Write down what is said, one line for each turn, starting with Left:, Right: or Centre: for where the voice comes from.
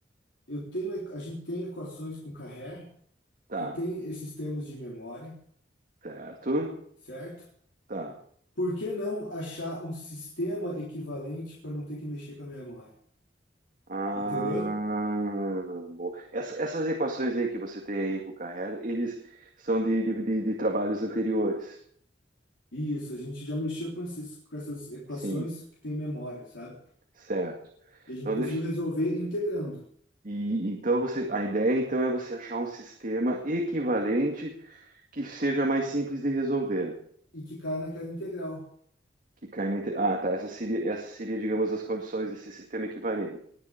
Left: Eu tenho, a gente tem equações com Carré
Right: tá,
Left: que tem esses termos de memória,
Right: certo,
Left: certo?
Right: tá.
Left: Por que não achar um sistema equivalente para não ter que mexer com a memória?
Right: Ah,
Left: Entendeu?
Right: boa. Essa- essas equações aí que você tem aí com o Carrera, eles são de, de, de- de trabalhos anteriores.
Left: Isso, a gente já mexeu com esses, com essas equações
Right: Sim,
Left: que tem memória, sabe?
Right: certo.
Left: E a gente
Right: Então,
Left: conseguiu
Right: deixa,
Left: resolver integrando
Right: e, então você, a ideia então é você achar um sistema equivalente que seja mais simples de resolver.
Left: e que cai naquela integral.
Right: Que cai na, inte- ah, tá. Essa seria, essa seria, digamos, as condições desse sistema equivalente.